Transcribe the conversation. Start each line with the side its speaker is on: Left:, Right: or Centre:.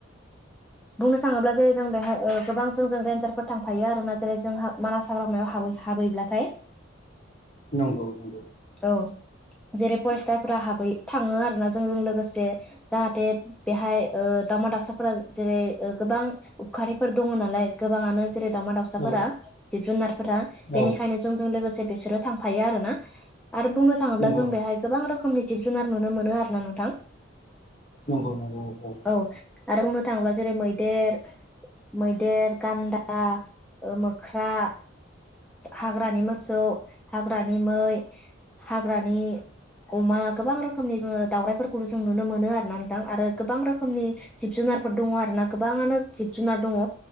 Centre: बुंनो थाङोब्ला जेरै जों बेहाय ओ गोबां जोंजों रेन्जारफोर थांफायो आरो ना जेरै जोंहा मानास हाग्रामायाव हाबै हाबहैब्लाथाय
Left: नंगौ नंगौ।
Centre: औ जेरै फरेस्टारफोरा हाबै थाङो आरो ना जोंजों लोगोसे जाहाथे बेहाय ओ दावमा दाउसाफोरा जेरै ओ गोबां उबखारिफोर दङ नालाय गोबाङानो जेरै दाउमा दाउसाफोरा
Left: औ
Centre: जिब जुनारफोरा
Left: औ
Centre: बेनिखायनो जोंजों लोगोसे बिसोरो थांफायो आरोना आरो बुंनो थाङोब्ला
Left: नंगौ
Centre: जों बेहाय गोबां रोखोमनि जिब जुनार नुनो मोनो आरोना नोंथां।
Left: नोंगै
Centre: औ आरो बुंनो थाङोब्ला जेरै मैदेर मैदेर गान्दा मो खख्रा हाग्रानि मोसौ हाग्रानि मै हाग्रानि अमा गोबां रोखोमनि जोङो दाावराइफोरखौबो जों नुनो मोनो आर ना नोंथां आरो गोबां रोखोमनि जिब जुनारफोर दङ आरो ना गोबाङानो जिब जुनार दङ